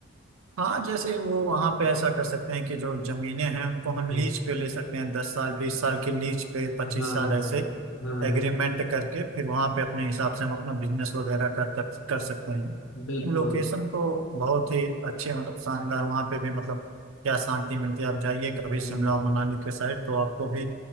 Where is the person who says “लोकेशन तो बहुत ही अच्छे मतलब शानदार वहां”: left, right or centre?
Right